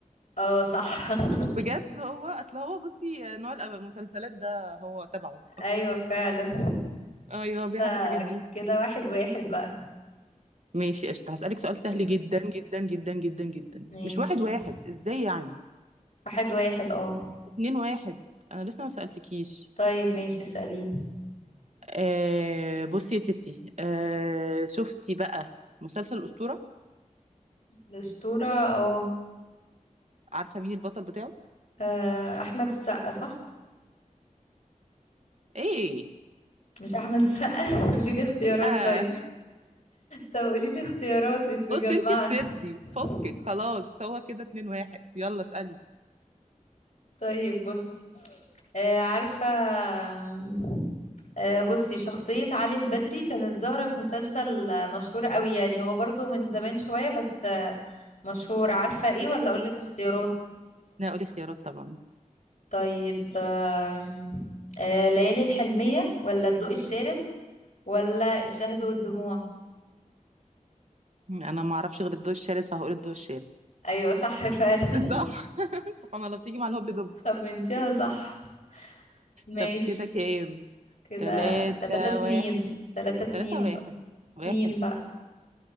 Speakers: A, on the left; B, on the right.
A: اه صح <laughs>
B: بجد هو أصل هو بصي نوع المسلسلات ده هو تبعه أكتر
A: ايوه فعلا
B: أيوه
A: كده
B: بيحب الحاجات دي
A: كده واحد واحد بقى
B: ماشي قشطة هسألك سؤال سهل
A: طيب
B: جدا جدا جدا جدا جدا
A: ماشي
B: مش واحد واحد ازاي يعني
A: واحد واحد اه
B: اتنين واحد انا لسه ما سألتكيش
A: طيب ماشي اسأليني
B: آه بصي يا ستي آه شفتي بقى مسلسل الأسطورة
A: الأسطورة اه
B: عارفة مين البطل بتاعه
A: آه، أحمد السقا صح؟
B: ايه
A: مش أحمد السقا <laughs> قولي لي اختيارات
B: آه.
A: طيب طب قولي لي اختيارات
B: <laughs>
A: مش مجمعة
B: بص انتي خسرتي
A: <laughs>
B: فكك خلاص هو كده اتنين واحد يلا اسألي
A: طيب بصي آه، عارفة آم، آه، بصي شخصية علي البدري كانت ظاهرة في مسلسل آه، مشهور قوي يعني هو برضو من زمان شوية بس آه، مشهور عارفة ايه ولا أقولك اختيارات
B: انا هقول اختيارات طبعا
A: طيب آم، آه، ليالي الحلمية ولا الضوء الشارد ولا الشهد والدموع
B: انا ما اعرفش غير الضوء الشارد فهقول الضوء الشارد
A: ايوه صح فعلا <laughs>
B: <laughs> صح <laughs> سبحان الله بتيجي مع الهبل دب
A: خمنتيها صح ماشي
B: طب كده كام
A: كده
B: تلاتة
A: تلاتة اتنين
B: واحد
A: تلاتة اتنين
B: تلاتة واحد
A: بقى
B: واحد
A: اتنين بقى